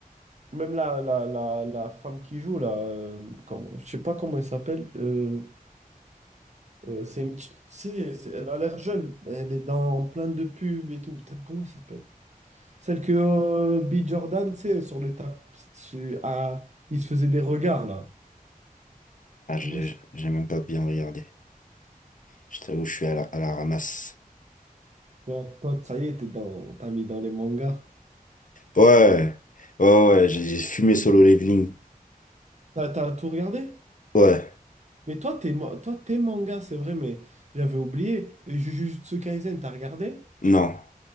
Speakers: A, on the right; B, on the left.
A: Même la, la, la, la femme qui joue, là, euh, comment, je sais pas comment elle s'appelle. euh, Euh, c'est une petite- c'est- c'est- elle a l'air jeune. Elle est dans plein de pubs et tout. Putain, comment elle s'appelle? Celle que euh, B. Jordan, tu sais, sur le tap, sur- à- il se faisait des regards, là.
B: Ah,
A: Comment
B: j'ai
A: elle s'appelle?
B: j'ai même pas bien regardé. Je t'avoue, je suis à la, à la ramasse.
A: Ouais, toi, ça y est, t'es dans, t'as mis dans les mangas.
B: Ouais. Ouais, ouais, ouais, j'ai j'ai fumé Solo Leveling.
A: T'as, t'as tout regardé?
B: Ouais.
A: Mais toi, t'es, ma- toi, t'es manga, c'est vrai, mais j'avais oublié. Et Jujutsu Kaisen, t'as regardé?
B: Non.